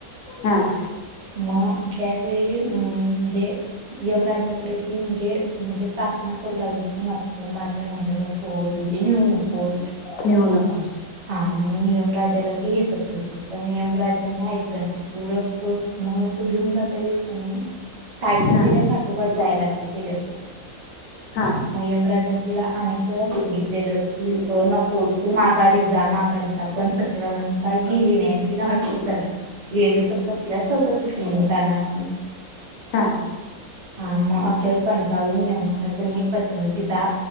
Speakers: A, on the left (about 70°); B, on the right (about 35°).
A: हम
B: म त्यावेळी अं म्हणजे यमराजाकडे ती म्हणजे म्हणजे प्रार्थना करू लागली की नको माझ्या नवऱ्याला सोड म्हणजे नेऊ नकोस
A: लिहू नकोस
B: हा म्हणून यमराला ती हे क पण यमराजन काय ऐकलं नाही उलट तो म तो घेऊन जात्यावेळी कणी सावित्री
A: हा
B: त्याच्या पाठोपाठ जाय लागली त्याच्यासोबत
A: हा
B: म यमराजन तिला अनेक वेळा सांगितलेलं की नको तू माघारी जा माघारी जा पण सत्यभागान काय गे तेणे तिन हाट्टच धरला गेले तर पतीला सोबतच घेऊन जाणार म्हणून
A: हा
B: हा मग अखेर कंटाळून यामन कणी प तिचा